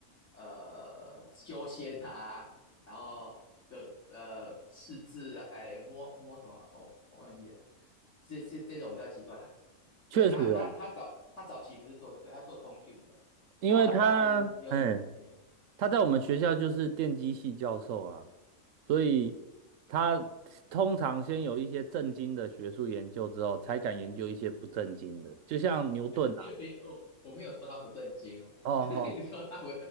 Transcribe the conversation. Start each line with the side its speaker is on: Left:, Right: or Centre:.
Left: 呃修仙啊，然后的呃试制啊哎摸摸什么，我、我忘记了，这这这种比较奇怪。
Right: 确实。
Left: 对他他他早他早期不是做这个，他做通讯的，
Right: 因为他，
Left: 然后后来是有嗯，
Right: 嗯，他在我们学校就是电机系教授啊，所以他通常先有一些正经的学术研究之后，才敢研究一些不正经的，就像牛顿啊，
Left: <laughs> 你我我没有说他不正经哦，
Right: 哦哦，
Left: <laughs> 你说他不，